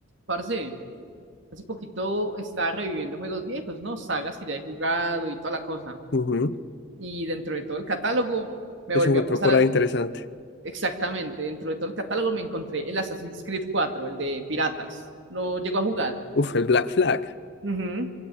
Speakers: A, on the right; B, on the left.
A: Parce, hace poquito estaba reviviendo juegos viejos, ¿no? Sagas que ya he jugado y toda la cosa.
B: Ujú.
A: Y dentro de todo el catálogo me
B: ¿Qué
A: volvió
B: se encontró
A: a pasar
B: por
A: a-
B: ahí interesante?
A: exactamente. Dentro de todo el catálogo me encontré el Assassin's Creed cuatro el de Piratas. Lo llegó a jugar.
B: Uf, el Black Flag.
A: Ujú.